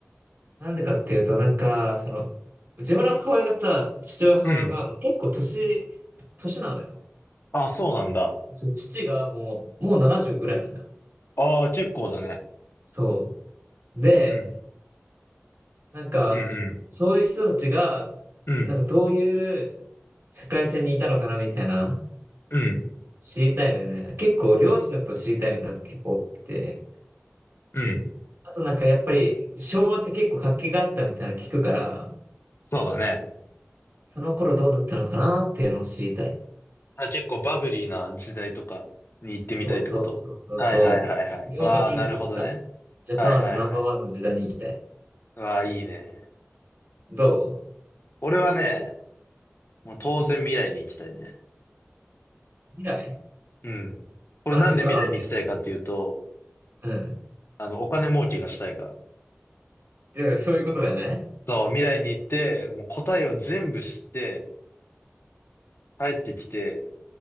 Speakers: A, on the right; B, on the left.
A: なんでかっていうと、なんか、その、自分の母親がさ、父親母親がもう結構年、
B: うん。うん。
A: 年なのよ。
B: あ、そうなんだ。
A: そう父がもう、もう70ぐらいなのよ。
B: ああ、結構だね。
A: そう。で、
B: うん。
A: なんか、
B: うんうん。
A: そういう人たちが、
B: うん。
A: なんかどういう世界線にいたのかなみたいな、
B: うん。
A: 知りたいのよね。結構両親のことを知りたいみたいなのが結構多くて。
B: うん。
A: あとなんかやっぱり昭和って結構活気があったみたいなの聞くから、
B: そうだね。
A: その頃どうだったのかなっていうのを知りたい。
B: あ、結構バブリーな時代とかに行ってみたいってことはいはいはいはい。
A: そうそうそうそうそう。日本が元気だった。
B: わあ、なるほどね。
A: ジャパンアズナンバーワンの時代に行きたい。
B: はいはいはい。わあ、いいね。
A: どう
B: 俺はね、もう当然未来に行きたいね。
A: 未来
B: うん。これなんで未来に行きたいかっていうと、
A: マジかなんて。うん。
B: あの、お金儲けがしたいから。
A: だからそういうことだよね。
B: そう、未来に行って、もう答えを全部知って、帰ってきて、